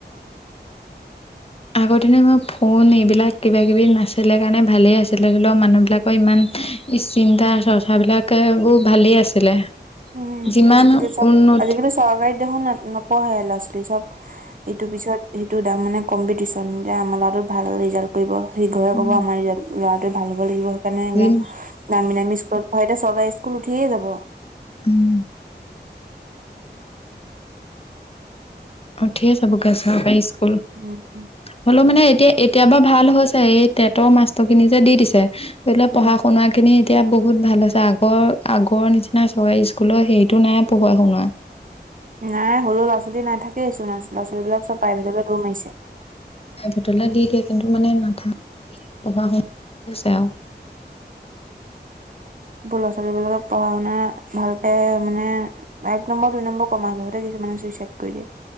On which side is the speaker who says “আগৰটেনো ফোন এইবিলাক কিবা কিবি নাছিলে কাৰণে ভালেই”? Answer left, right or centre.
Left